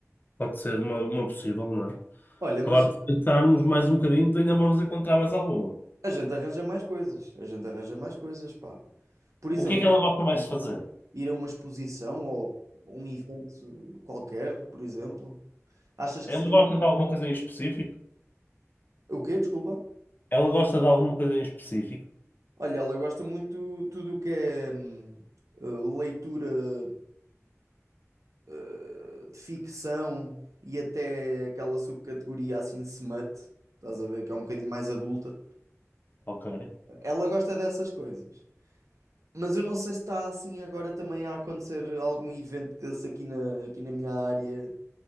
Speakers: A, on the left; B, on the right.
A: Pode ser uma, uma possível, não é?
B: Olha, mas
A: Agora, se pensarmos mais um bocadinho, ainda vamos encontrar mais alguma.
B: A gente arranja mais coisas. A gente arranja mais coisas, pá. Por exemplo,
A: O que é que ela gosta mais
B: Exposição.
A: de fazer?
B: ir a uma exposição ou um evento qualquer, por exemplo. Achas
A: Ela
B: que seria.
A: gosta de alguma coisa em específico?
B: O quê? Desculpa.
A: Ela gosta de alguma coisa em específico,
B: Olha, ela gosta muito tudo o que é hum, eh, leitura eh, de ficção e até aquela subcategoria assim smut. Estás a ver que é um bocadinho mais adulta.
A: ok?
B: Ela gosta dessas coisas. Mas eu não sei se está assim agora também a acontecer algum evento desse aqui na, aqui na minha área.